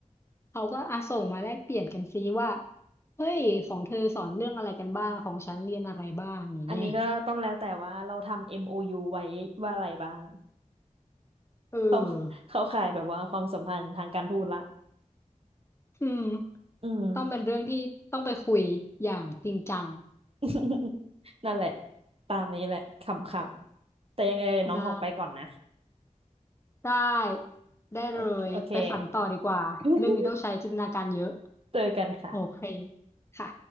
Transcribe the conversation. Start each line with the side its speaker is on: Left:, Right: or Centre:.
Left: เขาก็อาส่งมาแลกเปลี่ยนกันซิว่าเฮ้ยของเธอสอนเรื่องอะไรกันบ้างของฉันเรียนอะไรบ้างอย่างเงี้ย
Right: อันนี้ก็ต้องแล้วแต่ว่าเราทำ MOU ไว้ว่าอะไรบ้าง
Left: เออ
Right: เขาเขาขายแบบว่าความสัมพันธ์ทางการทูตละ
Left: อืม
Right: อืม
Left: ต้องเป็นเรื่องที่ต้องไปคุยอย่างจริงจัง
Right: <laughs> นั่นแหละตามนี้แหละขำๆแต่ยังไงเดี๋ยวน้องของไปก่อนนะ
Left: ได้ได้ได้เลยไปฝันต่อดีกว่าเรื่องนี้ต้องใช้จินตนาการเยอะ
Right: โอเคโอเค <laughs> เจอกันค่ะ
Left: โอเคค่ะ